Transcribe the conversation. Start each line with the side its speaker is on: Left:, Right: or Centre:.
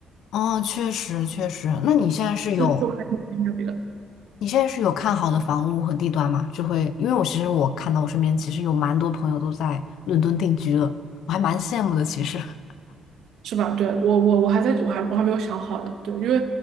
Left: 哦，确实确实。那你现在是有
Right: 这就还挺性价比的。
Left: 你现在是有看好的房屋和地段吗？就会，因为我其实我看到我身边其实有蛮多朋友都在伦敦定居了，我还蛮羡慕的。其实 <laughs>
Right: 是吧？对，我我我还在我还我还没有想好呢。对，因为